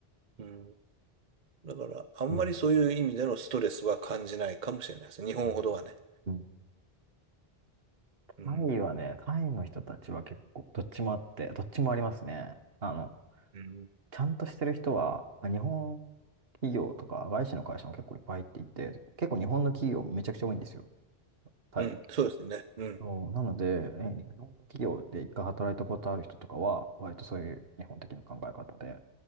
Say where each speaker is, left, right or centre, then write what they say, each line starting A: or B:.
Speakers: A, on the right; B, on the right.
A: うん。だから、あんまりそういう意味でのストレスは感じないかもしれないです。
B: うん。
A: 日本ほどはね。
B: はいうん
A: うん。
B: タイはね、タイの人たちは結構、どっちもあって、どっちもありますね。あの、
A: うん
B: ちゃんとしてる人は、まあ日本企業とか、外資の会社も結構いっぱい入っていて、結構日本の企業もめちゃくちゃ多いんですよ、タイ。
A: うん、そうですね。うん。
B: そう、なので、え日本の企業で一回働いたことある人とかは、割とそういう日本的な考え方で、